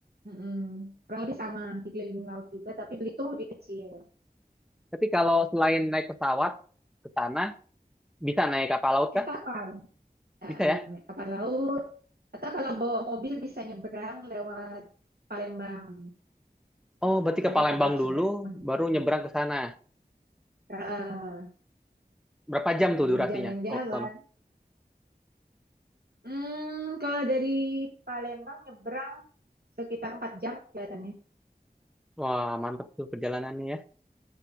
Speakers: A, on the right; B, in the centre.
A: Mm-mm. Kurang lebih sama dikelilingin laut juga, tapi Belitung lebih kecil.
B: Tapi kalau selain naik pesawat ke sana, bisa naik kapal laut
A: Kayak
B: kah?
A: kapal, Heeh,
B: Bisa ya?
A: naik kapal laut. Atau kalau bawa mobil bisa nyebrang lewat Palembang.
B: Oh, berarti ke
A: Ada
B: Palembang
A: kapal seberang.
B: dulu, baru
A: Nah,
B: nyebrang ke sana.
A: heeh.
B: Berapa jam tuh
A: sambil
B: durasinya
A: jalan-jalan
B: kalau ke sana?
A: Hmm, kalau dari Palembang nyebrang sekitar 4 jam kelihatannya.
B: Wah, mantep tuh perjalanannya ya.